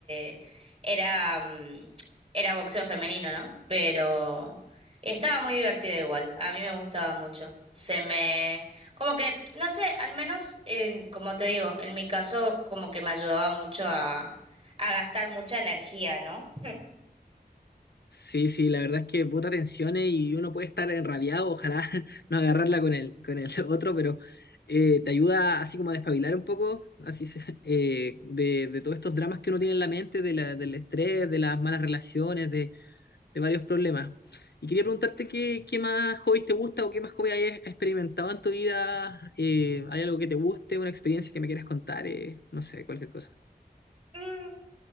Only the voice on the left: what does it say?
Sí, sí, la verdad es que puta tensiones y uno puede estar enrabiado, ojalá <laughs> no agarrarla con el, con el <laughs> otro, pero eh, te ayuda así como a despabilar un poco, así se- <laughs> eh, de, de todos estos dramas que uno tiene en la mente, de la- del estrés, de las malas relaciones, de, de varios problemas. Y quería preguntarte qué, qué más hobbies te gusta o qué más hobbies hayas experimentado en tu vida, eh, ¿hay algo que te guste, una experiencia que me quieras contar? Eh, no sé, cualquier cosa.